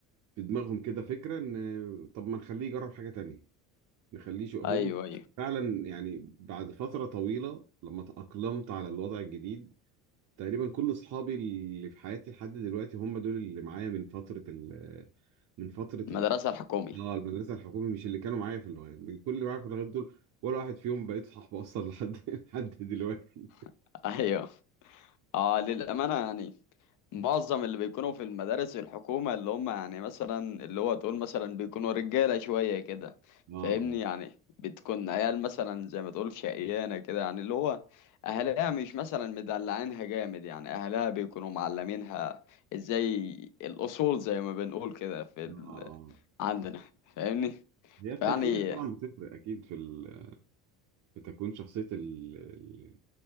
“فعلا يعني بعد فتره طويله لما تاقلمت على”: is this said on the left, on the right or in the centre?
Right